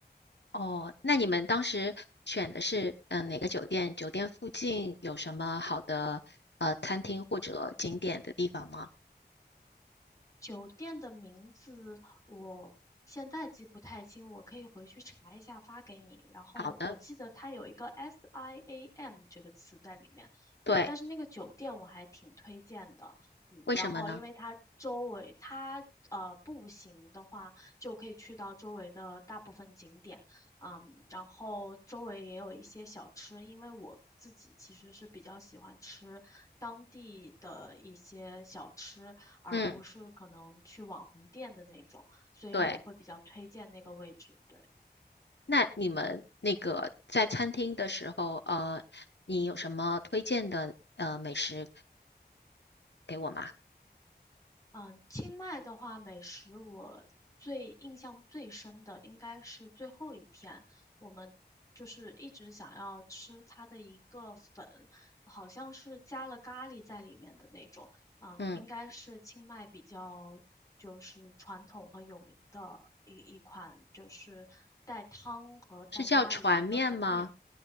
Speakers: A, on the left (about 85°); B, on the left (about 20°).
A: 哦，那你们当时选的是嗯、呃哪个酒店？酒店附近有什么好的呃餐厅或者景点的地方吗？
B: 酒店的名字我现在记不太清，我可以回去查一下发给你。然后我记得它有一个
A: 好的，
B: SIAM 这个词在里面，对，
A: 对，
B: 但是那个酒店我还挺推荐的。嗯，
A: 为什么呢？
B: 然后因为它周围，它呃步行的话就可以去到周围的大部分景点，嗯，然后周围也有一些小吃，因为我自己其实是比较喜欢吃当地的一些小吃，而不是可能去网红店的那种，
A: 嗯，
B: 所以我会比较推荐那个位置。
A: 对，
B: 对，
A: 那你们那个在餐厅的时候，呃，你有什么推荐的呃美食给我吗？
B: 嗯，清迈的话，美食我最印象最深的应该是最后一天，我们就是一直想要吃它的一个粉，好像是加了咖喱在里面的那种，嗯，
A: 嗯，
B: 应该是清迈比较。就是传统和有名的一一款，就是带汤和带咖喱的一个粉面。
A: 是叫船面吗？